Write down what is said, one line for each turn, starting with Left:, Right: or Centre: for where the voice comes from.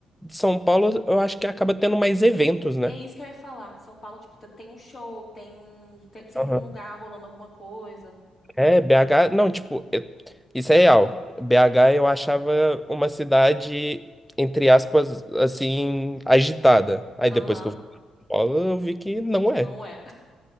Centre: São Paulo, eu acho que acaba tendo mais eventos, né?
Left: é isso que eu ia falar. São Paulo, tipo, t- tem um show, tem um, tem sempre
Centre: Aham.
Left: um lugar rolando alguma coisa.
Centre: É, BH, não, tipo, eu- isso é real. BH eu achava uma cidade, entre aspas, assim, agitada. Aí
Left: Aham,
Centre: depois que eu fui pra São Paulo, eu vi que não
Left: que não
Centre: é.
Left: é,